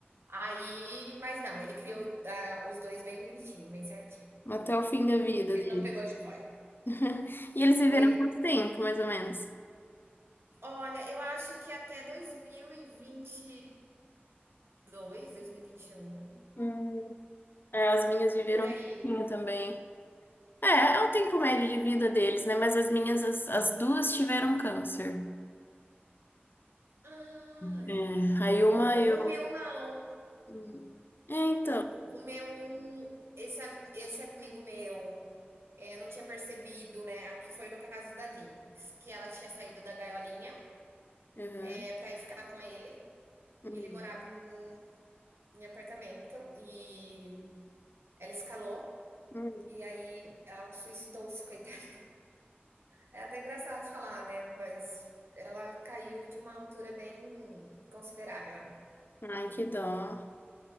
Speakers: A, on the right; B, on the left.
A: Aí, mas não, ele criou ah, os dois bem bonitinho, bem certinho.
B: Até o fim da vida
A: Ele
B: dele.
A: não pegou a jiboia.
B: <laughs> E eles viveram
A: Oi?
B: quanto tempo, mais ou menos?
A: Olha, eu acho que até dois mil e vinte e dois dois mil mil e e vinte 2022, um
B: Hum, é, as minhas viveram
A: por aí.
B: um pouquinho também. É, é o tempo médio de vida deles, né? Mas as minhas, as, as duas tiveram câncer.
A: Ai,
B: É, aí uma
A: O,
B: eu.
A: o meu não.
B: Hum, É, então.
A: O, o, o meu, esse, esse amigo meu, é, não tinha percebido, né? Que foi no caso da Jinx, que ela tinha saído da gaiolinha
B: Uhum.
A: é, para ir ficar com ele.
B: Hum,
A: E ele morava em, em apartamento e ela escalou.
B: hum.
A: E aí ela suicidou-se, <laughs> coitada. É até engraçado falar, né? Mas ela caiu de uma altura bem considerável
B: hum. Ai, que dó.